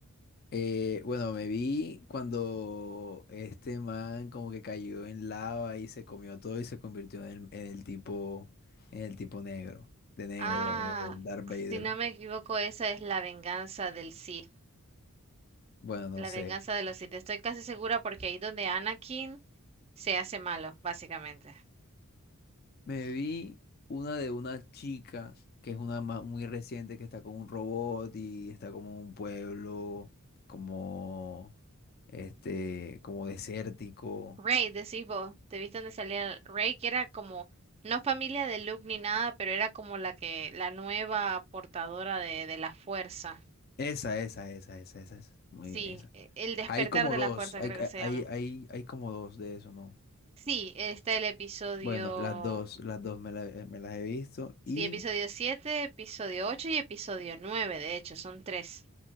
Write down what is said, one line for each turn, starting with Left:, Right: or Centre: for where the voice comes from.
Left: Eh, bueno, me vi cuando este man como que cayó en lava y se comió todo y se convirtió en el, en el tipo, en el tipo negro, de negro,
Right: Ah,
Left: el Darth Vader.
Right: si no me equivoco, esa es la venganza del Sith,
Left: Bueno, no
Right: la
Left: sé.
Right: venganza de los Sith. Estoy casi segura porque ahí donde Anakin se hace malo, básicamente.
Left: Me vi una de una chica que es una ma- muy reciente que está con un robot y está como en un pueblo, como este, como desértico.
Right: Rey, decís vos, ¿te viste dónde salía Rey? Que era como, no familia de Luke ni nada, pero era como la que, la nueva portadora de, de la fuerza.
Left: Esa, esa, esa, esa, esa, esa. Muy
Right: Sí,
Left: bien, esa.
Right: e- el despertar
Left: Hay como
Right: de
Left: dos,
Right: la fuerza
Left: hay,
Right: creo que se
Left: hay,
Right: llama.
Left: hay, hay como dos de eso, ¿no?
Right: Sí, está el episodio,
Left: Bueno, las dos, las dos me, la- eh, me las he visto y...
Right: sí, episodio 7 episodio 8 y episodio 9 de hecho, son tres.